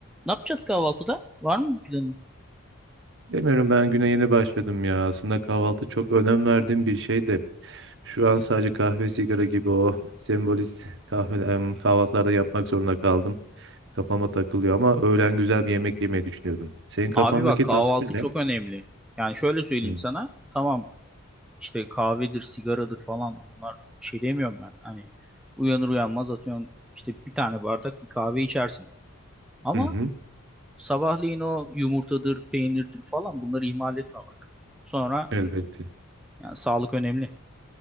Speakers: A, in the centre; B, on the right.
A: Ne yapacağız kahvaltıda? Var mı bir planın?
B: Demiyorum ben güne yeni başladım ya. Aslında kahvaltı çok önem verdiğim bir şeydi. Şu an sadece kahve, sigara gibi o sembolist kahve, em, kahvaltılarda yapmak zorunda kaldım. Kafama takılıyor ama öğlen güzel bir yemek yemeyi düşünüyorum. Senin kafandaki
A: Abi bak kahvaltı
B: tasvir ne?
A: çok önemli. Yani şöyle söyleyeyim
B: Hı
A: sana. Tamam işte kahvedir, sigaradır falan bunlar bir şey demiyorum ben. Hani uyanır uyanmaz atıyorum işte bir tane bardak bir kahve içersin. Ama
B: hı. hı,
A: sabahleyin o yumurtadır, peynirdir falan bunları ihmal etme bak. Sonra
B: Elbette.
A: yani sağlık önemli.